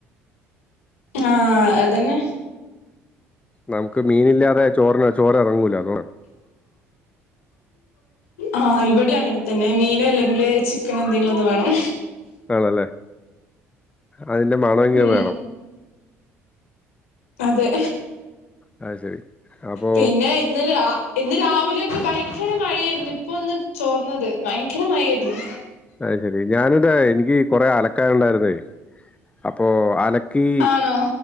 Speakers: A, on the left; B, on the left.
A: ആഹ് അതന്നെ.
B: നമുക്ക് മീനില്ലാതെ ചോറിന ചോറ് ഇറങ്ങൂല <unintelligible>
A: ആ ഇവിടെ അങ്ങനെ തന്നെ മീനോ അല്ലെങ്കിൽ ചിക്കൻ ഇക്കനെ എന്തെങ്കിലും ഒന്ന് വേണം.
B: ആണല്ലേ അതിന്റെ മണമെങ്കിലും
A: ഉം
B: വേണം.
A: അതെ.
B: അത് ശരി അപ്പൊ,
A: പിന്നെ ഇന്നലെ ഇന്ന് രാവിലെയൊക്കെ ഭയങ്കര മഴായിരുന്നു ഇപ്പൊ ഒന്ന് ചോർന്നത് ഭ യങ്കര മഴ അർന്നു.
B: അത് ശെരി ഞാനിന്താ എനിക്ക് കൊറെ അലക്കാന ഉണ്ടായിരുന്ന അപ്പൊ അലക്കി
A: ആണോ